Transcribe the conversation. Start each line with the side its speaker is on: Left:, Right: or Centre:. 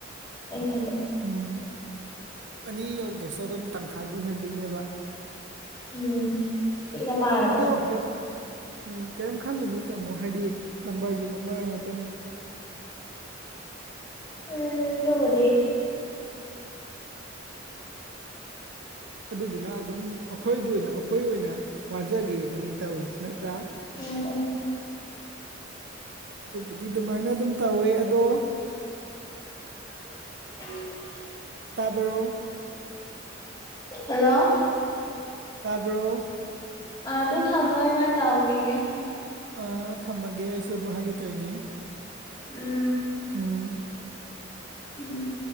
Left: ꯑꯩꯅ ꯈꯟꯕꯗ
Right: ꯎꯝ ꯑꯅꯤ ꯌꯧꯗ꯭ꯔꯥꯁꯨ ꯑꯗꯨꯝ ꯇꯪꯈꯥꯏꯗꯤ ꯍꯦꯟꯗꯣꯏꯅꯦꯕ
Left: ꯎꯝ ꯄꯤꯛꯅ ꯄꯥꯔꯕꯗ
Right: ꯑꯗꯣ ꯀꯩ ꯎꯝ ꯀꯦꯝ ꯈꯜꯂꯨꯅꯨ ꯇꯥꯃꯣ ꯍꯥꯏꯗꯤ ꯅꯝꯕꯔꯒꯤ ꯅꯝꯕꯔ ꯉꯥꯛꯇꯅꯤ
Left: ꯎꯝ ꯗꯨꯕꯨꯗꯤ
Right: ꯑꯗꯨꯗꯨꯅ ꯑꯗꯨꯝ ꯑꯥ ꯑꯩꯈꯣꯏꯗ ꯑꯣꯏꯅ ꯑꯩꯈꯣꯏ ꯑꯣꯏꯅ ꯋꯥꯖꯒꯦꯗꯅꯤ ꯇꯧꯔꯤꯁꯤ ꯅꯠꯇ꯭ꯔꯥ
Left: ꯎꯝ꯫
Right: ꯑꯗꯨꯕꯨꯗꯤ ꯑꯗꯨꯃꯥꯏꯅ ꯑꯗꯨꯝ ꯇꯧꯋꯦ ꯑꯗꯣ
Left: <unintelligible>
Right: ꯇꯥꯕ꯭ꯔꯣ
Left: ꯍꯜꯂꯣ
Right: ꯇꯥꯕ꯭ꯔꯣ
Left: ꯑ ꯑꯗꯨ ꯊꯝꯃꯣ ꯏꯃꯥ ꯑꯩ ꯗꯥꯎꯒꯤꯒꯦ
Right: ꯑ ꯊꯝꯃꯒꯦ ꯑꯩꯁꯨ ꯑꯗꯨ ꯍꯥꯏꯒꯦ ꯇꯧꯏꯅꯦ
Left: ꯎꯝ꯫
Right: ꯎꯝ꯫
Left: ꯎꯝ꯫